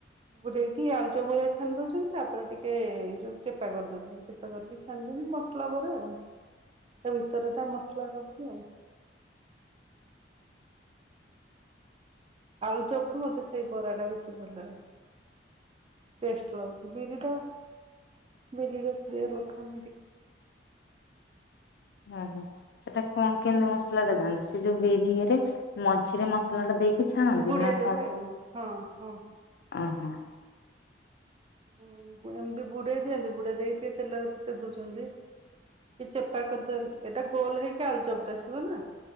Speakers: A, on the right; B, on the left.
A: ଗୋଟେଇକି ଆଳୁଚ ବଳିଆ ଛାଣି ଦଉଛନ୍ତି, ତାପରେ ଟିକେ ଯୋଉ ଚେପା କରି ଦଉଛନ୍ତି ଚେପା କରିକି ଛାଣିଉଛନ୍ତି ମସଲା ପରେ ଆଉ ଭିତରୋ ଛି ଆଉ ଆଳୁ ଚପ ଟୁ ମତେ ସେଇ ବରା ଟା ବେଶୀ ଭଲ ଲାଗୁଛି ଟେଷ୍ଟ ଲାଗଛି ବିରିଟା ବିିଲ ରପଆ ଲୋକା
B: ଓ ହୋ, ସେଟା କଣ କେମିତି ମସଲା ଟା ଦିଅନ୍ତି ସେ ଯୋଉ ବିରିରେ ମଝିରେ ମସଲା ଟା ଦେଇକି ଛାଣନ୍ତି
A: ବୁଡେଇଦବ
B: ନା କଣ
A: ଆଉ, ହଁ ହଁ
B: ଓହୋ
A: ହ ଏମତି ବୁଢ ଦେଇିଆନ୍ତି, ବୁଢ ଦେଇ ତେଲାରେ ପୁଟେ ଦୂଷଣ ଦେଇ କି ଚେପା କରିଦ ଏଇଟା ଗୋଲ ହେଇକି ଆଳୁ ଜବରେ ଆସିବ ନା।